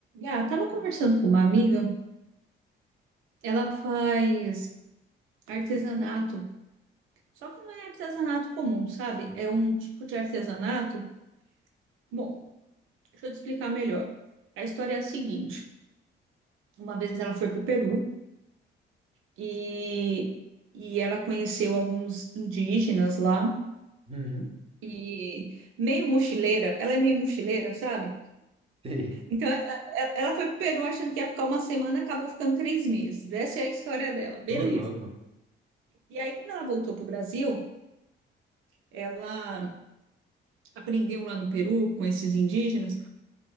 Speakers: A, on the right (about 90°); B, on the right (about 30°).
A: Ah, tava conversando com uma amiga, ela faz artesanato, só que não é artesanato comum, sabe? É um tipo de artesanato. Bom, deixa eu te explicar melhor. A história é a seguinte: uma vez ela foi para o Peru e, e ela conheceu alguns indígenas lá.
B: Uhum.
A: E meio mochileira, ela é meio mochileira, sabe?
B: Sei.
A: Então é- é- ela foi pro Peru achando que ia ficar uma semana, acabou ficando três meses. Essa é a história dela, beleza.
B: Ô, louco.
A: E aí, quando ela voltou pro Brasil, ela aprendeu lá no Peru com esses indígenas